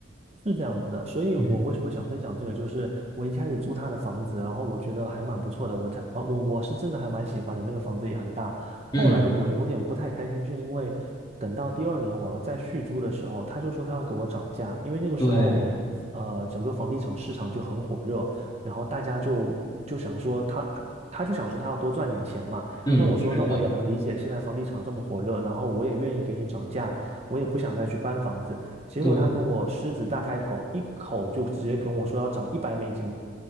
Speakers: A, on the right (about 35°); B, on the left (about 20°).
A: 是这样子的，所以我为什么想分享这个，
B: 嗯，
A: 就是我一开始租他的房子，然后我觉得还蛮不错的，我才我我我是真的还蛮喜欢的，那个房子也很大。后来我有点不太开心，
B: 嗯，
A: 是因为等到第二年我要再续租的时候，他就说他要给我涨价，因为那个时候呃整个房地产市场就很火热，
B: 对，
A: 然后大家就就想说他他他就想说他要多赚点钱嘛。
B: 嗯，
A: 那我说那我也能理解，
B: 是的，
A: 现在房地产这么火热，然后我也愿意给你涨价，我也不想再去搬房子。结果他跟我狮子大开口，
B: 对，
A: 一口就直接跟我说要涨一百美金，